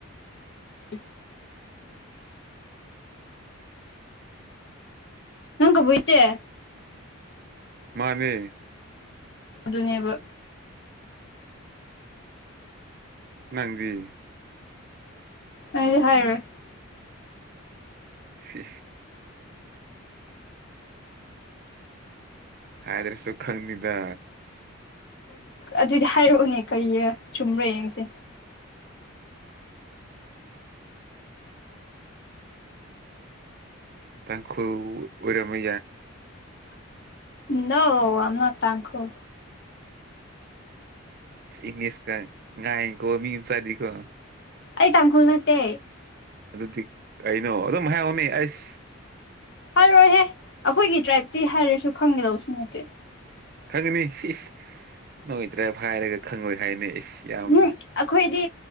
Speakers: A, on the left; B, on the right.
A: <unintelligible> ꯉꯪ ꯀꯕꯨꯣꯏꯇꯦ
B: ꯃꯥꯅꯦ
A: ꯑꯗꯨ ꯑꯗꯨ ꯅꯕ
B: ꯅꯪꯒꯤ
A: ꯑꯩꯗꯤ ꯍꯥꯏꯔꯦ
B: ꯁꯤ ꯍꯥꯏ꯭ꯔꯦ ꯁꯨꯈꯪꯅꯤꯗ
A: ꯑꯗꯨꯗꯤ ꯍꯥꯏꯔꯛꯎꯅꯦ ꯀꯩ ꯆꯨꯝꯕ꯭ꯔ ꯌꯦꯡꯁꯦ
B: ꯇꯥꯡꯈ ꯑꯣꯏꯔꯝꯏ
A: ꯅ ꯑꯃ ꯇꯈ
B: ꯏꯪꯂꯤꯁ ꯀ ꯉꯏ ꯀꯣ ꯃꯤꯁꯗꯤ ꯀꯣ
A: ꯑꯩ ꯇꯥꯡꯈꯨꯜ ꯅꯠꯇꯦ
B: ꯑꯗꯨꯗꯤ ꯀꯩꯅꯣ ꯑꯗꯨꯝ ꯍꯥꯏ ꯎꯅꯤ ꯑꯁ
A: ꯍꯥꯏꯔꯣꯏꯍꯦ ꯑꯩꯈꯣꯏꯒꯤ ꯇ꯭ꯔꯥꯏꯞꯇꯤ ꯍꯥꯏꯔꯁꯨ ꯈꯪꯒꯦꯗꯧꯕꯁꯨ ꯅꯠꯇꯦ
B: ꯈꯪꯉꯅꯤ ꯏꯁ ꯅꯉꯣꯏꯇ꯭ꯔꯥ ꯍꯥꯏꯔꯒ ꯈꯪꯉꯣꯏ ꯍꯥꯏꯅꯤ ꯏꯁ ꯌꯥꯝ
A: ꯎꯝ ꯑꯩꯈꯣꯏꯗꯤ